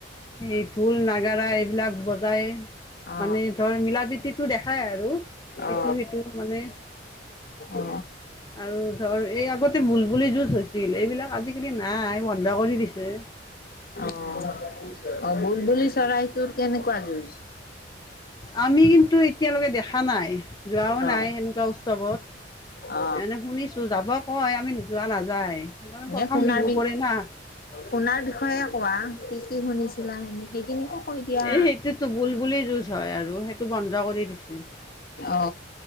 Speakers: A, on the left; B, on the left.
A: এই ঢোল নাগাৰা এইবিলাক বজাই
B: অ
A: মানে ধৰ মিলা প্ৰীতিতটো দেখাই আৰু
B: অ
A: ইটো সিটো মানে
B: অ
A: আৰু ধৰ এই আগতে বুল বুলি যুজ ছিল এইবিলাক আজিকালি নাই বন্ধ কৰি দিছে
B: অ অ বুলবুলি চৰাইটোোৰ কেনেকুৱা যুঁজ
A: আমি কিন্তু এতিয়ালৈকে দেখা নাই যোৱাও
B: অ
A: নাই এনেকুৱা উৎসৱত
B: অ
A: এনে শুনিছো যাব কয় আমি যোৱা নাযায়
B: এনে
A: প্ৰথম
B: শুনাৰ
A: বিহু
B: বি
A: কৰি না
B: শুনাৰ বিষয়ে কোৱা কি কি শুনিছিলা সেইখিনিকে কৈ দিয়া
A: এই সেইটোতো বুল বুলি যুঁজ হয় আৰু সেইটো বন্ধ কৰি দিছে
B: অ